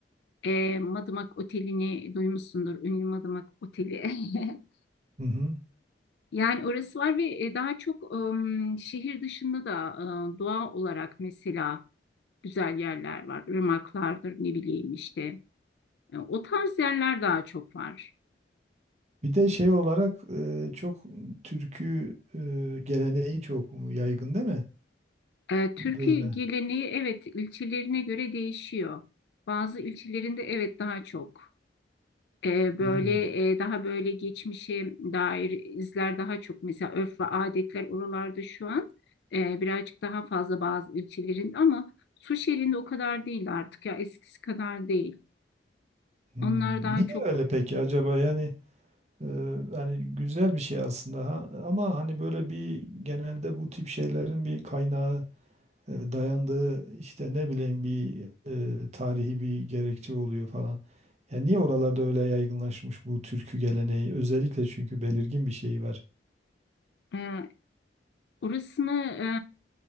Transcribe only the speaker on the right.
Hı hı.
Bir de şey olarak e, çok türkü e, geleneği çok yaygın değil mi?
Böyle.
Hmm.
Hmm.
Niye
öyle peki acaba? Yani e, yani güzel bir şey aslında ha? Ama hani böyle bir genelde bu tip şeylerin bir kaynağı e, dayandığı işte ne bileyim bir e, tarihi bir gerekçe oluyor falan. Yani niye oralarda öyle yaygınlaşmış bu türkü geleneği? Özellikle çünkü belirgin bir şeyi var.